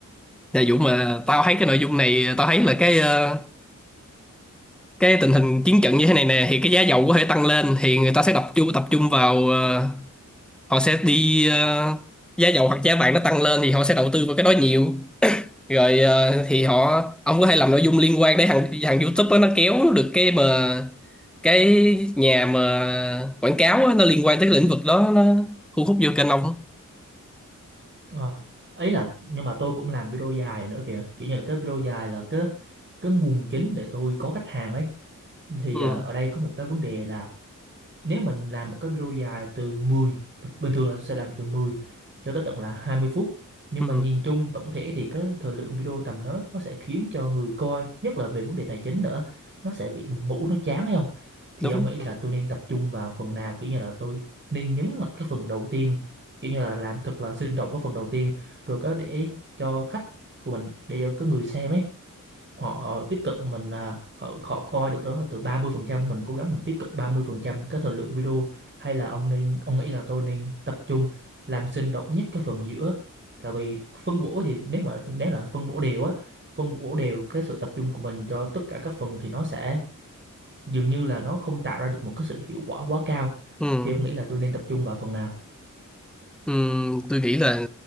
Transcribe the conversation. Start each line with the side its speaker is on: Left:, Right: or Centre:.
Centre: Dạ Dũng mà tao thấy cái nội dung này tao thấy là cái ờ, cái tình hình chiến trận như thế này nè thì cái giá dầu có thể tăng lên thì người ta sẽ tập trung tập trung vào ờ, họ sẽ đi ờ, giá dầu hoặc giá vàng nó tăng lên thì họ sẽ đầu tư vào cái đó nhiều rồi ờ, thì họ ông có thể làm nội dung liên quan để thằng thằng YouTube á, nó kéo được cái mà cái nhà mà quảng cáo á, nó liên quan tới cái lĩnh vực đó nó thu hút vô kênh ông
Right: ờ ấy là nhưng mà tôi cũng làm video dài nữa kìa kiểu như là cái video dài là cái cái nguồn chính để tôi có khách hàng ấy thì
Centre: ừ,
Right: à, ở đây có một cái vấn đề là nếu mình làm một cái video dài từ 10 bình thường là tôi sẽ làm từ 10 cho tới tận là 20 phút nhưng
Centre: ừ,
Right: mà nhìn chung tổng thể thì cái thời lượng video tầm đó nó sẽ khiến cho người coi nhất là về vấn đề tài chính nữa nó sẽ bị buồn ngủ nó chán hay không thì
Centre: đúng
Right: ông nghĩ là tôi nên tập trung vào phần nào kiểu như là tôi nên nhấn mạnh cái phần đầu tiên kiểu như là làm thật là sinh động cái phần đầu tiên rồi có để cho khách của mình để cho cái người xem ấy họ ờ, tiếp cận mình là họ họ coi được đó là từ ba mươi phần trăm mình cố gắng mình tiếp cận 30% cái thời lượng video hay là ông nên ông nghĩ là tôi nên tập trung làm sinh động nhất cái phần giữa tại vì phân bổ thì nếu mà nếu là phân bổ đều á phân bổ đều cái sự tập trung của mình cho tất cả các phần thì nó sẽ dường như là nó không tạo ra được một cái sự hiệu quả quá cao
Centre: ừ.
Right: thì ông nghĩ là tôi nên tập trung vào phần nào
Centre: Ừm, tôi nghĩ là